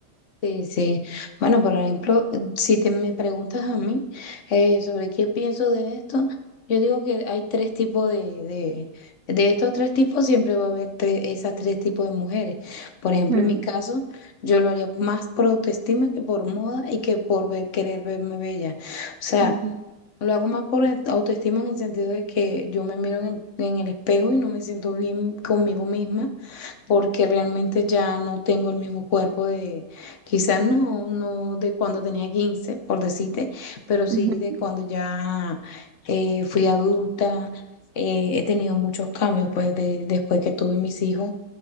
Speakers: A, on the left; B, on the right.
A: Sí, sí. Bueno, por ejemplo, si te me preguntas a mí eh, sobre qué pienso de esto, yo digo que hay tres tipos de, de, de estos tres tipos siempre va a haber tres, esas tres tipos de mujeres. Por ejemplo,
B: Mm,
A: en mi caso, yo lo haría más por autoestima que por moda y que por ver- querer verme bella. O sea.
B: ujú,
A: Lo hago más por el- autoestima en el sentido de que yo me miro en el, en el espejo y no me siento bien conmigo misma porque realmente ya no tengo el mismo cuerpo de, quizás no, no de cuando tenía 15 por decirte, pero sí
B: ujú,
A: de cuando ya eh, fui adulta. eh, he tenido muchos cambios pues de, después que tuve mis hijos